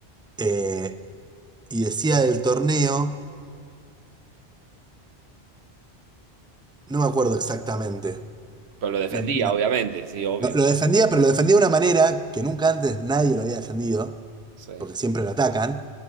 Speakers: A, in the centre; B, on the right.
A: Eh, y decía del torneo, no me acuerdo exactamente.
B: Pero lo defendía,
A: La- la-
B: obviamente, sí, obvio.
A: Lo defendía, pero lo defendía de una manera que nunca antes nadie lo había defendido,
B: Sí.
A: porque siempre lo atacan.